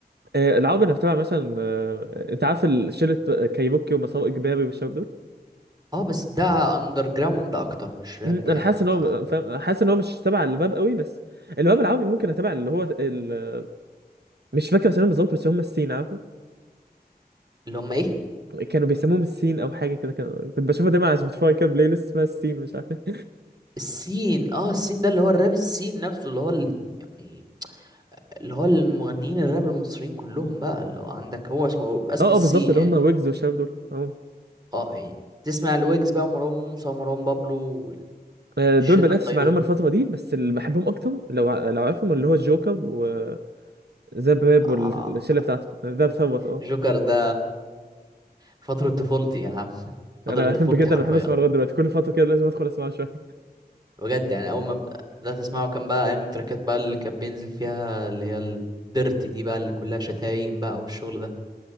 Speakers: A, on the right; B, on the right.
A: آه، العاب انا بتابع مثلا آه، انت عارف شله كايبوكي ومساو اجباري والشباب دول
B: اه بس ده اندر جراوند اكتر مش راب
A: مم،
B: يعني
A: انا حاسس ان
B: ده
A: هو فاهم حاسس ان هو مش تبع الباب قوي بس الباب العربي ممكن تبع اللي هو ال... مش فاكر اسمهم بالظبط بس هم السين عارفه
B: اللي هم ايه
A: كانوا بيسموهم السين او حاجه كده كانوا- كنت بشوفها دايما على سبوتيفاي كده بلاي ليست اسمها السين مش عارف إيه.
B: السين اه السين ده اللي هو الراب السين نفسه اللي هو ال... يعني اللي هو المغنيين الراب المصريين كلهم بقى اللي هو عندك هو اسمه اسمه
A: اه
B: السين
A: اه بالظبط اللي
B: يعني
A: هم ويجز والشباب دول اهو
B: اه يعني تسمع الويجز بقى ومروان موسى ومروان بابلو
A: آه،
B: الشلة
A: دول بدات
B: الطيبة
A: اسمع لهم
B: دي
A: الفتره دي بس اللي بحبهم اكتر لو ع- لو عارفهم اللي هو الجوكر وذاب راب
B: اه
A: والشله بتاعته ذاب ثروت اه
B: جوكر ده فترة طفولتي يا عم فترة
A: انا
B: طفولتي
A: <laughs> بجد
B: حرفيا
A: انا بحب اسمع لغايه دلوقتي كل فتره كده لازم ادخل اسمعه شويه
B: بجد يعني أول ما بدأت أسمعه كان بقى أيام التراكات بقى اللي كان بينزل فيها اللي هي الديرتي دي بقى اللي كلها شتايم بقى والشغل ده